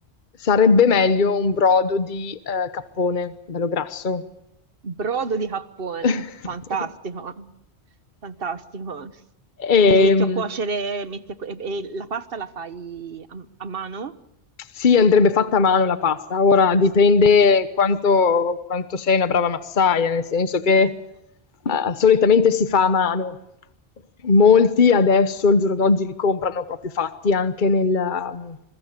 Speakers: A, on the left; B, on the right.
A: Sarebbe meglio un brodo di eh, cappone, bello grasso,
B: Brodo di cappone,
A: <laughs>
B: fantastico, fantastico.
A: Ehm,
B: Quindi metti a cuocere, metti a cu- e, e la pasta la fai a, a mano?
A: sì, andrebbe fatta a mano la pasta. Ora dipende quanto, quanto sei una brava massaia, nel senso che eh, solitamente si fa a mano. Molti adesso, il giorno d'oggi, li comprano proprio fatti anche nel, um,